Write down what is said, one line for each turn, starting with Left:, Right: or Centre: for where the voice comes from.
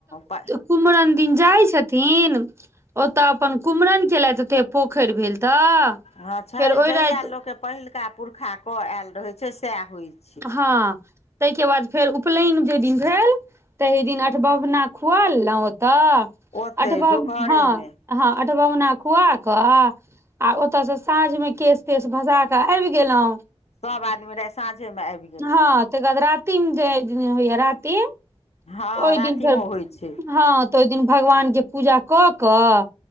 Left: पै
Right: कुमरम दिन जाइ छथिन ओतऽ अपन कुमरम केलथि ओते पोखरि भेल तऽ
Left: हँ छै
Right: फेर ओहि
Left: जहिया
Right: राति
Left: लोकके पहिलुका पुरखा कऽ आयल रहै छै सएह होइ छै
Right: हँ ताईके बाद फेर उपलैयन जेहि दिन भेल तहि दिन अठ बभना खुआ लेलौ ओतऽ
Left: ओतहि
Right: आठ बभ
Left: डोकहरेमे
Right: हँ हँ अठवभना खुआ कऽ आ ओतय स साँझ मे केश तेश भसा कऽ आबि गेलौं
Left: सब आदमी रै साँझे मे आबी
Right: हँ तै के बाद रातिम जेय दि होइए रातिम
Left: हँ
Right: ओई
Left: रातिमे
Right: दिन फेर
Left: होइ छै
Right: हँ तऽ ओई दिन भगवान के पूजा कऽ कऽ